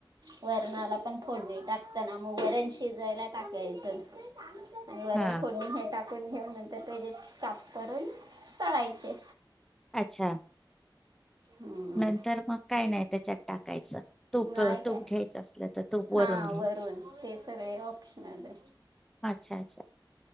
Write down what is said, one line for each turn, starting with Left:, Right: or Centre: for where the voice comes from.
Right: वरणाला पण फोडणी टाकताना मग वरण शिजायला टाकायचं आणि वरण
Centre: हा
Right: थोडणी हे टाकून घेऊन नंतर त्याचेे काप करून तळायचे
Centre: अच्छा
Right: हम्म.
Centre: नंतर मग काय नाही त्याच्यात टाकायचं तूप
Right: नाही
Centre: तूप
Right: काय
Centre: घ्यायचं असलं तर तूप वरून
Right: हां
Centre: घ्यायच
Right: वरून ते सगळे ऑप्शनल आहे
Centre: अच्छा अच्छा